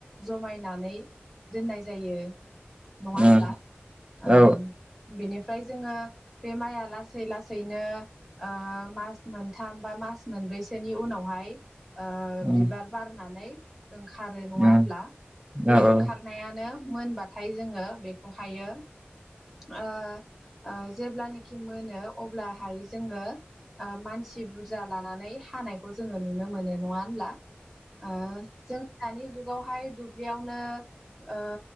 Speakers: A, in the centre; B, on the right.
A: जमायनानै दोननाय जायो । नङा होनब्ला
B: उम
A: ओ
B: औ
A: बेनिफ्राय ओमफ्राय जोङो बे माइआ लासै लासैनो ओ मास मोनथाम बा मास मोन मोनब्रैसोनि उनावहाय ओ
B: उम
A: बिबार बारनानै ओंखारो नङा होनब्ला
B: उम औ
A: बे ओंखारनायानो
B: उम
A: मोनबाथाय जोङो बेखौहायो ओ जेब्लानाखि मोनो अब्लाहाय जोङो ओ मानसि बुरजा लानानै हानायखौ जोङो नुनो मोनो नङा होनब्ला? ओ जों दानि जुगावहाय दुब्लियावनो ओ